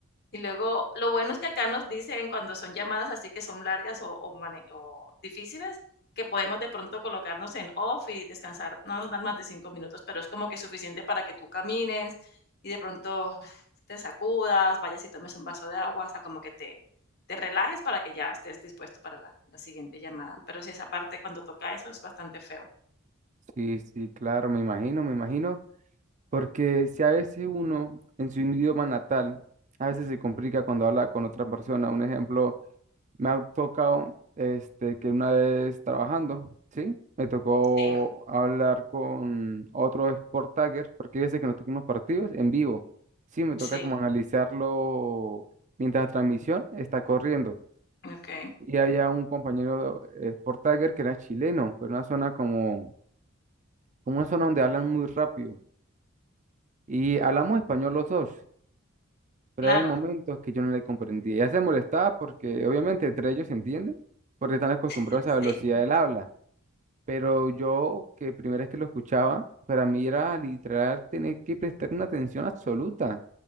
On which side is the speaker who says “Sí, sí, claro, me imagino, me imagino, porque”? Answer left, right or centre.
Right